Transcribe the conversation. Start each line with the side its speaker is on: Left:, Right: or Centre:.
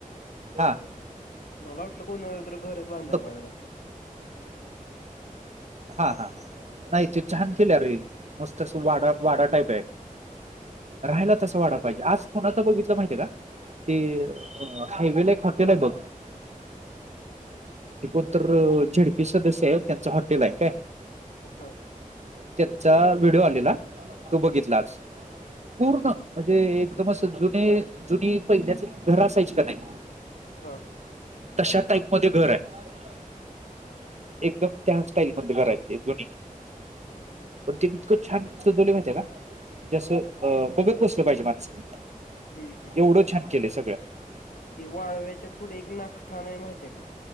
Right: हां
Left: मला वाटलं कोणाला तर घरच बांधायला
Right: नको
Left: लागलंत
Right: हा हा नाही ते छान केल रे मस्त अस वाडा वाडा टाईप आहे राहायला
Left: होय
Right: तसं वाढा पाहिजे आज कोणाचं बघितलं माहिती का ते
Left: हम्म
Right: अ हायवेला एक हॉटेल आहे बघ ते कोणतर झेडपी सदस्य आहे त्यांचा हॉटेल आहे काय
Left: हा
Right: त्याचा व्हिडिओ आलेला तो बघितला आज पूर्ण म्हणजे एकदमच जुने जुनी पहिल्याची घर असायची का नाही
Left: हा
Right: तशा टाईप मध्ये घर आहे एकदम त्या स्टाईल म करायचे जुनी
Left: होय
Right: ण ते इतकं छान सजवले माहिे का जसं बघत बसल पाहिजे मानसान
Left: हम्म हम्म
Right: एवढं छान केलंय सगळं
Left: ती वाळव्याच्या पुढ एक नाखठान आहे माहितीये का